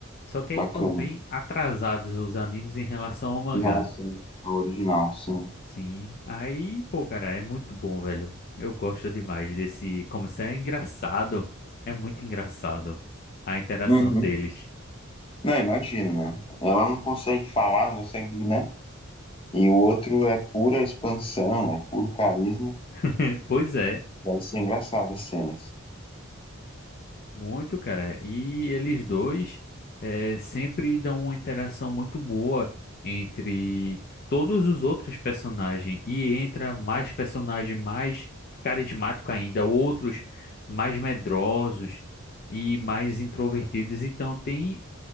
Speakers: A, on the left; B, on the left.
A: Só que aí
B: Bacana.
A: estão bem atrasados os animes em relação ao mangá.
B: Em relação ao original, sim.
A: Sim. Aí, pô, cara, é muito bom, velho. Eu gosto demais desse. Como isso é engraçado. É muito engraçado a interação
B: Uhum.
A: deles.
B: Não, imagino, né? Ela não consegue falar, não consegue, né? E o outro é pura expansão, é puro carisma.
A: <laughs> Pois é.
B: Deve ser engraçado as cenas.
A: Muito, cara. E eles dois eh, sempre dão uma interação muito boa entre todos os outros personagens. E entra mais personagem mais carismático ainda, outros mais medrosos e mais introvertidos. Então tem